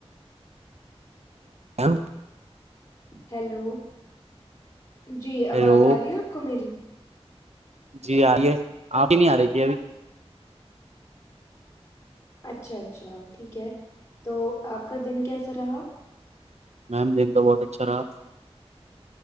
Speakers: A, on the right; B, on the left.
A: م
B: ہیلو جی
A: ہیلو
B: آواز آ رہی ہے آپ کو میری
A: جی آئیے آ کی نہیں آ رہی تھی ابھی
B: اچھا اچھا ٹھیک ہے تو آپ کا دن کیسا رہا
A: میم دیکھتا بہت اچھا رہا